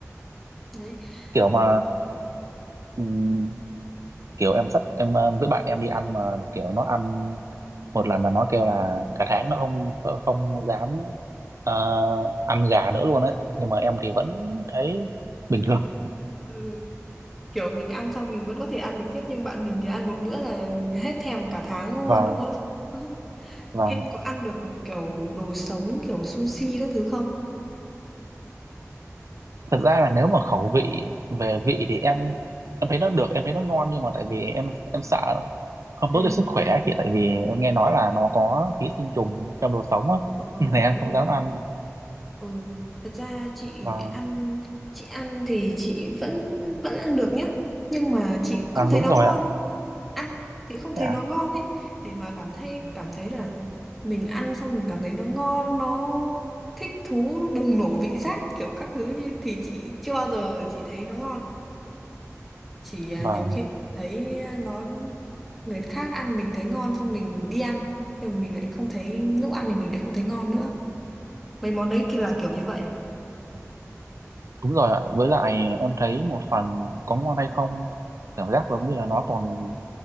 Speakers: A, in the centre; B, on the right (about 70°).
A: đấy
B: kiểu
A: ừ.
B: mà ừm, kiểu em dắt em ờ, với bạn em đi ăn mà kiểu nó ăn một lần là nó kêu là cả tháng nó không không dám ờ, ăn gà nữa luôn đấy nhưng mà em thì vẫn thấy bình thường
A: Ừ. kiểu mình ăn xong mình vẫn có thể ăn được tiếp nhưng bạn mình thì ăn một bữa là hết thèm cả tháng luôn
B: và
A: đúng không? <laughs>
B: và
A: Em có ăn được kiểu đồ sống kiểu sushi các thứ không?
B: thật ra là nếu mà khẩu vị về vị thì em em thấy nó được em thấy nó ngon nhưng mà tại vì em em sợ nó không
A: Ừ.
B: tốt cho sức khỏe chị tại vì em nghe nói là nó có ký sinh trùng trong đồ sống á
A: Ờ
B: <laughs> nên là em
A: đúng
B: không
A: rồi.
B: dám ăn
A: Ừ, thật ra chị
B: và
A: ăn chị ăn thì chị vẫn vẫn ăn được nhá, nhưng mà chị
B: ăn
A: không thấy
B: đúng
A: nó
B: rồi
A: ngon.
B: ạ
A: ăn thì không
B: Dạ.
A: thấy nó ngon ấy để mà cảm thấy cảm thấy là mình ăn xong mình cảm thấy nó ngon nó thích thú nó bùng nổ vị giác kiểu các thứ như thì chị chưa bao giờ chị thấy nó ngon chỉ à,
B: và
A: nhiều khi thấy à, nó người khác ăn mình thấy ngon xong mình đi ăn nhưng mà mình lại không thấy lúc ăn thì mình lại không thấy ngon nữa mấy món đấy kia là kiểu như vậy
B: Đúng rồi ạ, với lại em thấy một phần có ngon hay không cảm giác giống như là nó còn